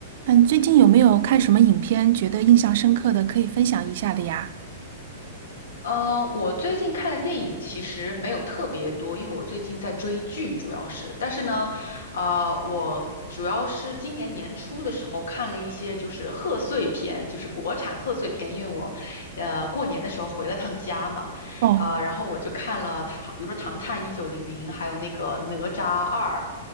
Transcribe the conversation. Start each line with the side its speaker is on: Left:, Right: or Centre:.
Right: 嗯，最近有没有看什么影片觉得印象深刻的，可以分享一下的呀？
Left: 呃，我最近看的电影其实没有特别多，因为我最近在追剧，主要是。但是呢，呃，我主要是今年年初的时候看了一些就是贺岁片，就是国产贺岁片，因为我，呃，过年的时候回了趟家嘛，
Right: 哦
Left: 啊、然后我就看了唐，比如说《唐探一九零零》，还有那个《哪吒二》，